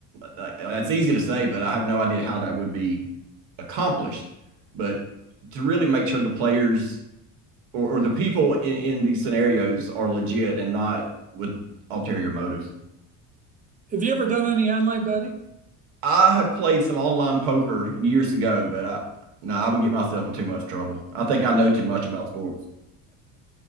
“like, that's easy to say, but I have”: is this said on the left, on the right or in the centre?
Right